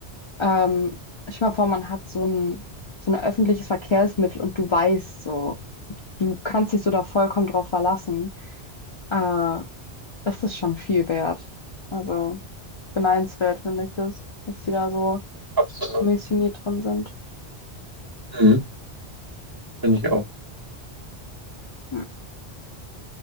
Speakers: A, on the left (about 50°); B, on the right (about 20°).
A: ähm, stell dir mal vor, man hat so ein, so ein öffentliches Verkehrsmittel und du weißt so, du kannst dich so da vollkommen drauf verlassen. Äh, das ist schon viel wert. Also beneidenswert finde ich das, dass die da so
B: absolut.
A: missioniert drin sind.
B: Mhm. Finde ich auch.
A: Hm,